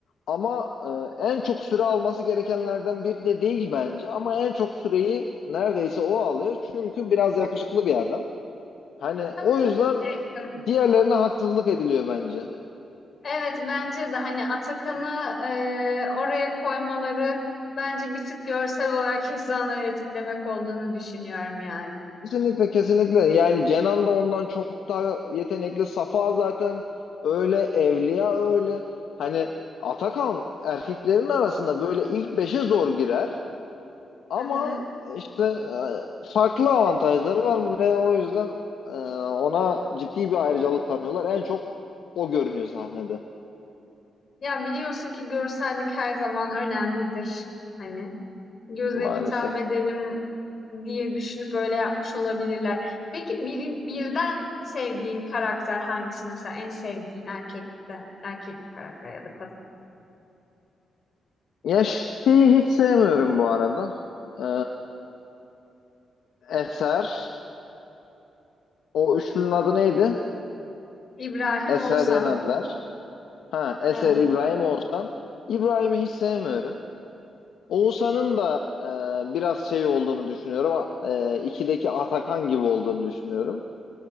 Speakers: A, on the left; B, on the left.
A: Ama e, en çok süre alması gerekenlerden biri de değil bence. Ama en çok süreyi neredeyse o alıyor. Çünkü biraz yakışıklı bir adam. Hani
B: Tam
A: o yüzden
B: onu diyecektim.
A: e, diğerlerine haksızlık ediliyor bence.
B: Evet bence de hani Atakan'ı eee, oraya koymaları bence bir tık görsel olarak <laughs> insanları etkilemek olduğunu düşünüyorum yani.
A: Kesinlikle kesinlikle yani Cenan da ondan çok daha yetenekli Safa zaten öyle Evliya öyle hani Atakan erkeklerin arasında böyle ilk beşe zor girer ama
B: Hı hı.
A: işte e, farklı avantajları var ve o yüzden e, ona ciddi bir ayrıcalık tanıyorlar en çok o görünüyor sahnede
B: Ya biliyorsun ki görsellik her zaman önemlidir. Hani göze
A: maalesef.
B: hitap edelim diye düşünüp öyle yapmış olabilirler. Peki birin, birden sevdiğin karakter hangisi? Mesela en sevdiğin erkekten, erkek bir karakter ya da kadın.
A: Ya şeyi hiç sevmiyorum bu arada Ee, Eser o üçlünün adı neydi?
B: İbrahim
A: Eser
B: Oğuzhan.
A: Yenenler. Ha, Eser
B: Evet.
A: İbrahim Oğuzhan. İbrahim'i hiç sevmiyorum. Oğuzhan'ın da e, biraz şey olduğunu düşünüyorum. E, ikideki Atakan gibi olduğunu düşünüyorum.